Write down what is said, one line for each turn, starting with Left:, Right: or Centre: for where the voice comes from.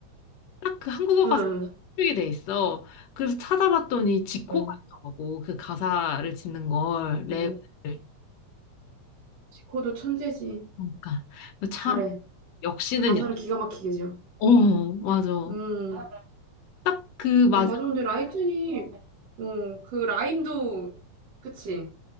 Left: 딱 그 한국어
Right: 응,
Left: 가사에 쓰게 돼 있어. 그래서 찾아봤더니 지코가
Right: 어
Left: 있더라고. 그 가사를 짓는 걸 랩을.
Right: 어 지코도 천재지.
Left: 그러니까 참
Right: 잘해.
Left: 역시는
Right: 가사를
Left: 역-
Right: 기가 막히게 지어.
Left: 어 맞아.
Right: 음,
Left: 딱 그 마지막
Right: 어, 맞아. 근데 라이튼이, 어, 그 라임도, 그치?